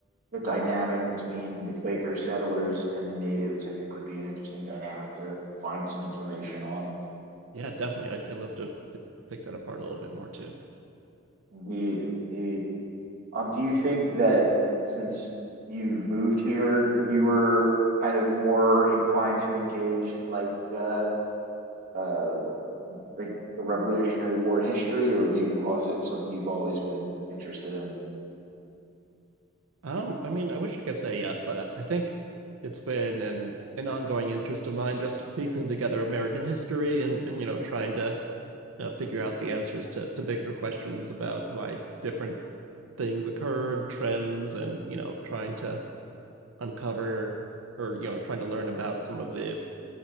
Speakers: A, on the right; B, on the right.
A: the dynamic between the Quaker settlers and the natives. I think would be an interesting dynamic to find some information on.
B: yeah, definitely. I'd, I'd love to p- pick that apart a little bit more too.
A: Indeed, indeed. Um, do you think that since you've moved here, that you were kind of more inclined to engage in like uh, um like the Revolutionary War history, or have you, or is it something you've always been interested in?
B: Um, I mean, I wish I could say yes, but I, I think it's been an an ongoing interest of mine just piecing together American history and and you know trying to uh, figure out the answers to to bigger questions about why different things occurred, trends, and you know trying to uncover or you know trying to learn about some of the